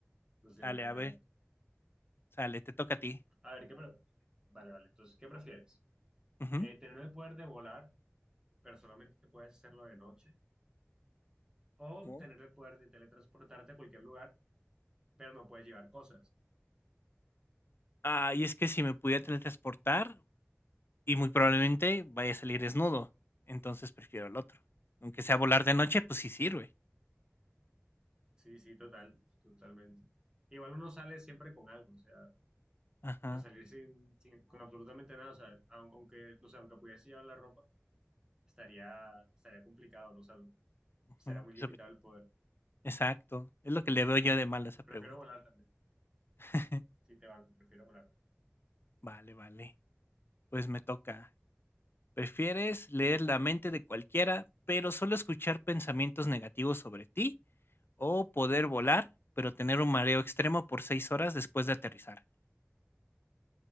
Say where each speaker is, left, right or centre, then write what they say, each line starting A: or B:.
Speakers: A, on the right (about 15°); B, on the left (about 50°).
A: no sirve
B: Sale,
A: de
B: a
A: nada.
B: ver. Sale, te toca a ti.
A: A ver, ¿qué pre- Vale, vale. Entonces, ¿qué prefieres?
B: Ujú.
A: Eh, ¿tener el poder de volar, pero solamente puedes hacerlo de noche? ¿O
B: ¿no?
A: tener el poder de teletransportarte a cualquier lugar, pero no puedes llevar cosas?
B: Ah, y es que si me pudiera teletransportar, y muy probablemente vaya a salir desnudo. Entonces prefiero el otro. Aunque sea volar de noche, pues sí sirve.
A: Sí, sí, total, totalmente. Igual uno sale siempre con algo, o sea, o
B: Ajá.
A: sea, salir sin, sin- con absolutamente nada, o sea, au- aunque, no sé, aunque pudiese llevar la ropa, estaría, estaría complicado, no sé,
B: ujú.
A: será muy
B: Y
A: limitado
B: sobre-
A: el poder.
B: Exacto. Es lo que le veo
A: Entonces,
B: yo de mal a esa pregunta.
A: prefiero volar también,
B: <laughs>
A: si te banco, prefiero volar.
B: Vale, vale. Pues me toca. ¿Prefieres leer la mente de cualquiera, pero solo escuchar pensamientos negativos sobre ti? ¿O poder volar, pero tener un mareo extremo por 6 horas después de aterrizar?